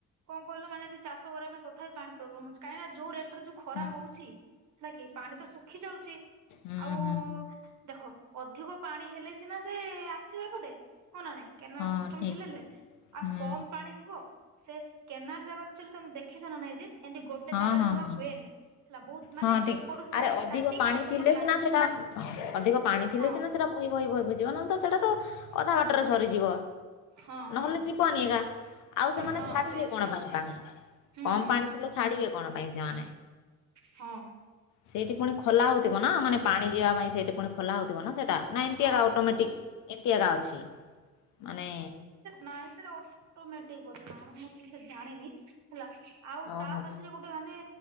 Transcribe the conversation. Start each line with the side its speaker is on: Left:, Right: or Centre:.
Right: କଣ କହିଲ ମାନେ ଏଠି ଚାଷ କରିବା ପାଇଁ ତଥାିପି ପ୍ରୋ୍ଲେମ୍ ହଉଛି କାହିଁକିନା ଯୋଉ ରେଟରେ ଯୋଉ ଖରା
Left: ହୁଁ
Right: ହଉଚି ନାଁକି ପାଣି ତ ଶୁଖି ଯାଉଚି
Left: ହୁଁ
Right: ଆଉ
Left: ହୁଁ
Right: ଦେଖ ଅଧିକ ପାଣି ହେଲେ ସିନା ସେ ଆସିବ ଏପଟେ ହଁ ନା ନାଇଁ? କେନାଳ
Left: ହଁ
Right: ସିଷ୍
Left: ଠିକ
Right: ହେଲେ ଆଉ
Left: ହୁଁ
Right: କମ୍ ପାଣି ଥିବ ସେ କେନାଲ ଯାକ ଆକ୍ଚୁଲି ତୋମେ ଦେଖିଛ ନା ନାଇଁ ଯେ? ଏମିତି ଗୋଟେ
Left: ହଁ
Right: ଜାଗାରେ
Left: ହଁ
Right: ଜମା
Left: ହଁ।
Right: ହୁଏନି, ହେଲା ବହୁତ ମାନେ
Left: ହଁ ଠିକ
Right: ଏପଟୁ ସାଇଟ୍
Left: ଆରେ ଅଧିକ
Right: ଷ୍ଟାଟିଙ୍ଗ
Left: ପାଣି
Right: ଆଉ ସେପଟୁ
Left: ଥିଲେ ସିନା
Right: ଲାଷ୍ଟ।
Left: ସେଟା ଅଧିକ ପାଣି ଥିଲେ
Right: ହଁ
Left: ସିନା ସେଟା ବୋହି ବୋହି ବୋହି ବୋହି ଯିବ ନହେନେ ତ ସେଟା ତ ଅଧା ବାଟରେ ସରିଯିବ।
Right: ହଁ
Left: ନହେଲେ
Right: ହଁ
Left: ଯିବନି ଏଗା, ଆଉ ସେମାନେ
Right: ହଁ
Left: ଛାଡିବେ
Right: ସେଇଆ
Left: କଣ
Right: ସେଇଆ
Left: ପାଇଁ
Right: ସେଇଆ
Left: ପାଣି।
Right: ହୁଁ
Left: କମ୍
Right: ହୁଁ
Left: ପାଣି
Right: ହୁଁ
Left: ଥିଲେ ଛାଡିବେ କଣ ପାଇଁ ସେମାନେ।
Right: ହଁ
Left: ସେଇଟି ପୁଣି ଖୋଲା ହଉଥିବ ନା, ମାନେ ପାଣି ଯିବା ପାଇଁ ସେଇଟି ପୁଣି ଖୋଲା ହଉଥିବ ନା ସେଟା। ନା ଏମତି
Right: ହଁ
Left: ଏଗା ଅଟୋମେଟିକ୍
Right: ହଁ
Left: ଏମିତି ଏଗା ଅଛି ମାନେ
Right: ନାଇଁ ସେଟା ଅଟୋମେଟିକ୍ ବୋଧେ ନା କଣ ମୁଁ ଠିକ୍ ସେ ଜାଣିନି ହେଲା। ଆଉ
Left: ଓହୋ
Right: ତା ସାଥିରେ ଗୋଟେ ମାନେ